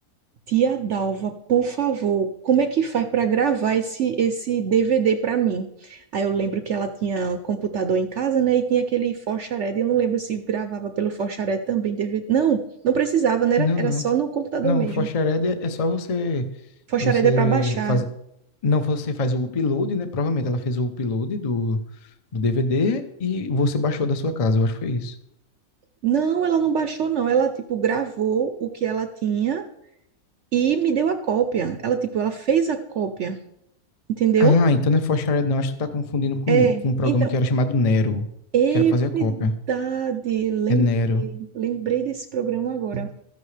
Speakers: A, on the right; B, on the left.
A: Tia Dalva, por favor, como é que faz para gravar esse, esse DVD para mim? Aí eu lembro que ela tinha um computador em casa, né? E tinha aquele Forxaré, eu não lembro se gravava pelo Forxaré também DVD. Não, não precisava, né? Era,
B: Não,
A: era
B: não.
A: só no computador
B: Não,
A: mesmo.
B: o Foxered é é só você
A: Foxhared
B: você
A: é para baixar.
B: faz não, você faz o upload, né? Provavelmente ela fez o upload do do DVD e você baixou da sua casa, eu acho que foi isso.
A: Não, ela não baixou, não. Ela, tipo, gravou o que ela tinha e me deu a cópia. Ela, tipo, ela fez a cópia, entendeu?
B: Ah, então não é For Shared não, acho que tu tá confundindo com,
A: É,
B: com um programa
A: então,
B: que era chamado Nero,
A: é
B: que era pra fazer a cópia.
A: verdade. Lembrei,
B: É Nero.
A: lembrei desse programa agora.